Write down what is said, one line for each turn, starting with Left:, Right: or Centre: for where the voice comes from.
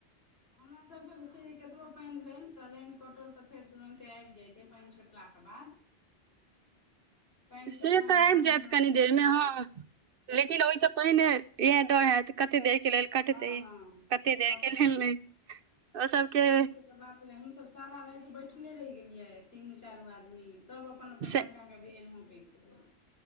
Left: हमरा सब के त छै कतबो पान भेल त लाइन कटल त फेर तुरंते आबि जाय छै से पानि छुटला के बाद पानि
Right: से
Left: छुटलाके
Right: त आबि
Left: बाद
Right: जायत
Left: हमरा
Right: कनी
Left: सबके
Right: देर के
Left: आबि
Right: बाद
Left: जाइ छै
Right: लेकिन ओहि सँ पहिने इहा दौड़ हयत कते देर के लेल कटतै
Left: हँ हँ
Right: कते देर
Left: कट
Right: के लेल ने ओ सबके
Left: सब बाप रे हमस सारा राति बैठले रहि गेलिये तीनू चारू आदमी सब अपन अपन
Right: से
Left: बच्चा के बैन होके छलई